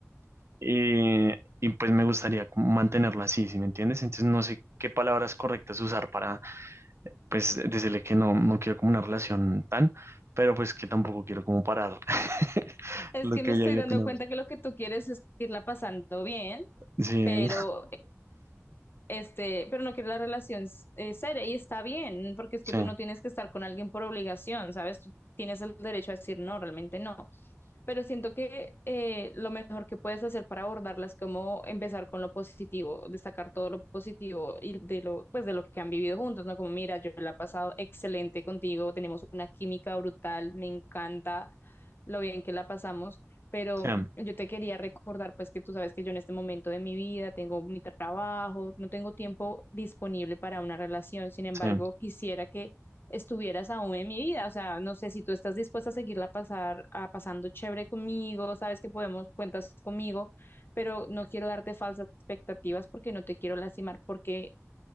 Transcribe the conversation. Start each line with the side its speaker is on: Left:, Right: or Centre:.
Right: Y, y pues me gustaría como mantenerlo así, ¿sí me entiendes? Entonces no sé qué palabras correctas usar para, pues, decirle que no, no quiero como una relación tan, pero pues que tampoco quiero como parar <laughs>
Left: Es
Right: lo
Left: que
Right: que
Left: me estoy
Right: ya yo
Left: dando
Right: tengo
Left: cuenta que lo que tú quieres es irla pasando bien,
Right: Sí,
Left: pero este, pero no quieres la relación eh, seria y está bien, porque es
Right: sí,
Left: que tú no tienes que estar con alguien por obligación, ¿sabes? Tú tienes el derecho a decir no, realmente no. Pero siento que eh, lo mejor que puedes hacer para abordarla es como empezar con lo positivo, destacar todo lo positivo y de lo, pues de lo que han vivido juntos, ¿no? Como, mira, yo la he pasado excelente contigo, tenemos una química brutal, me encanta lo bien que la pasamos, pero
Right: sí,
Left: yo te quería recordar, pues que tú sabes que yo en este momento de mi vida tengo mi trabajo, no tengo tiempo disponible para una relación, sin embargo,
Right: sí,
Left: quisiera que estuvieras aún en mi vida. O sea, no sé si tú estás dispuesta a seguirla pasar, a pasando chévere conmigo, sabes que podemos, cuentas conmigo, pero no quiero darte falsas expectativas porque no te quiero lastimar, porque